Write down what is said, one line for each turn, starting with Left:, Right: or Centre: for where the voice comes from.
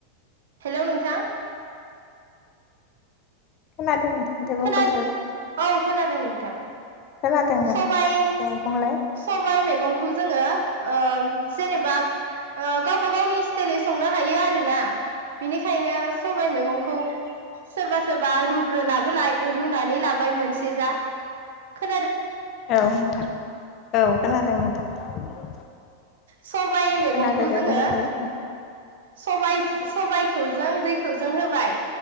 Right: हेलौ नोंथां
Left: खोनादों नोंथां दे बुंबाय
Right: खोना- औ खोनादों नोंथां
Left: खोनादोंमोन
Right: सबाइ
Left: दे बुंलाय
Right: सबाइ मेगं खौ जोंङो ओ जेनेबा ओ गावबा गावनि स्टाइल संनो हायो आरोोना बिनिखायनो सबाय मैगंखौ सोरबा सोरबा रुग्रोनाबो ला रुनानै लाबाय मोनसे जा खो
Left: औ नोंथां औ खोनादों नोंथां <unintelligible>
Right: सबाइ मैगंखौ
Left: खोनादों दे
Right: जोंङो
Left: बुंबाय थालाय नोंथां
Right: सबाय सबायखौ जों दैखौ जों होबाय